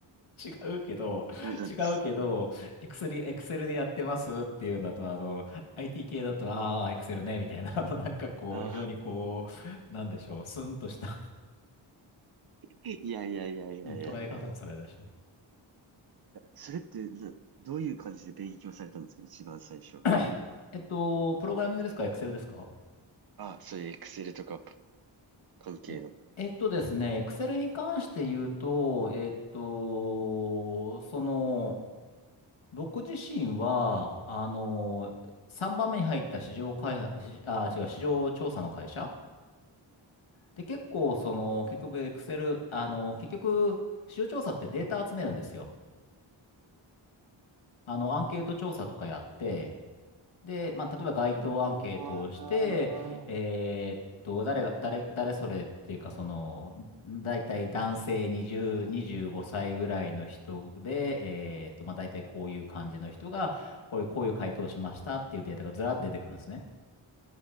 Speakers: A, on the left; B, on the right.
A: <laughs> 違うけど、
B: そうなんです。
A: 違うけど、エクセル、エクセルでやってますっていうんだと、あの、IT 系だと、ああ、エクセルね、みたいな、あの、なんかこう、
B: あ
A: 非常にこう、なんでしょう、
B: あ、
A: スンとした
B: いやいやいやいやいやいやいや。
A: うん捉え方をされたでしょ。
B: それってな、どういう感じで勉強されたんですか一番最初。
A: <coughs> えっと、プログラミングですか、エクセルですか
B: あ、そういう Excel とか関係の。
A: え、えっとですね、Excel に関して言うと、えっと、その、僕自身は、あの3番目に入った市場開発、市あ、違う、市場調査の会社で、結構、その、結局、エクセル、あの結局、市場調査ってデータ集めるんですよ。あの、アンケート調査とかやって、で、まあ、例えば街頭アンケートをして、
B: ああ、
A: えーっと、誰が、
B: 見たことある。
A: 誰、誰それっていうか、その、大体男性20、25歳ぐらいの人で、えーっと、まあ、大体こういう感じの人が、こういう、こういう回答をしましたっていうデータがずらっと出てくるんですね。